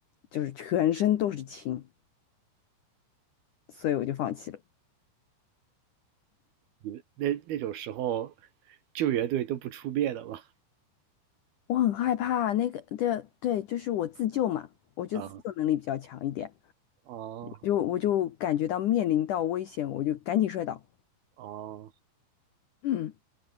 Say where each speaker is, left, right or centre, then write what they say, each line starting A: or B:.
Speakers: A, on the left (about 75°); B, on the right (about 65°).
A: 就是全身都是青。所以我就放弃了。
B: 你们那那种时候，救援队都不出面的吗？
A: 我很害怕那个对对，就是我自救嘛，
B: <laughs>
A: 我就自救能力比较强一点，
B: 啊，哦
A: 就我就感觉到面临到危险，我就赶紧摔倒。
B: 哦，
A: 嗯，